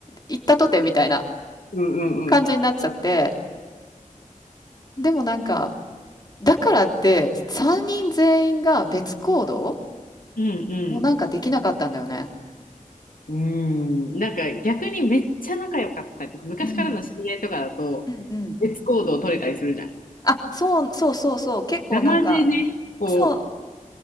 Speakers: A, on the left (about 30°); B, on the left (about 80°).
A: 行ったとてみたいな
B: うんうんうん。
A: 感じになっちゃって、でもなんか、だからって、3人全員が別行動
B: うんうん。
A: もなんかできなかったんだよね。
B: うーん、なんか逆にめっちゃ仲良かったりとか、昔からの知り合いとかだと、
A: うん。うんうん
B: 別行動取れたりするじゃん。
A: あ、そう、そうそうそう、結構なんか、
B: なまじね、こう、
A: そ